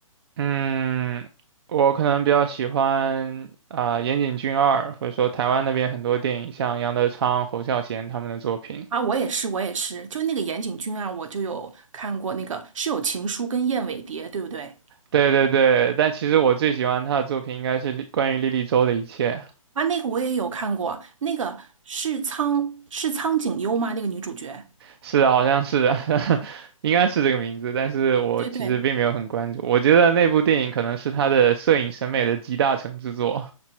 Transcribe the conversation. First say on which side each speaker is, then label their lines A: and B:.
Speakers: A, on the right; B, on the right.
A: 嗯，我可能比较喜欢啊、岩井俊二，或者说台湾那边很多电影，像杨德昌、侯孝贤他们的作品。
B: 啊，我也是，我也是，就那个岩井俊啊，我就有看过那个是有《情书》跟《燕尾蝶》，对不对？
A: 对对对，但其实我最喜欢他的作品应该是关于莉莉周的一切。
B: 啊，那个我也有看过，那个是苍是苍井优吗？那个女主角？
A: 是的，好像是应该是这个名字，但是我其实并没有很关注。
B: 对对，
A: 我觉得那部电影可能是他的摄影审美的集大成之作。